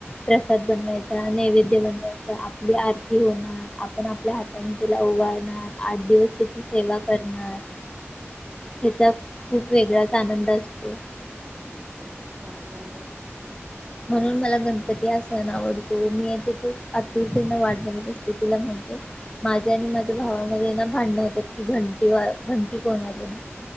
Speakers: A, on the left; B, on the right.
A: प्रसाद बनवायचा, नैवेद्य बनवायचा, आपली आरती होणार आपण आपल्या हाताने त्याला ओवाळणार आठ दिवस त्याची सेवा करणार त्याचा खूप वेगळाच आनंद असतो.
B: होय बरोबर
A: म्हणून मला गणपती हा सण आवडतो मी एकतर अतुरतेने वाट बघत असते तुला माहिती आहे. माझ्या आणि माझ्या
B: हो.
A: भावामध्ये ना भांडणं होतं की घंटी व घंटी कोण वाजवणार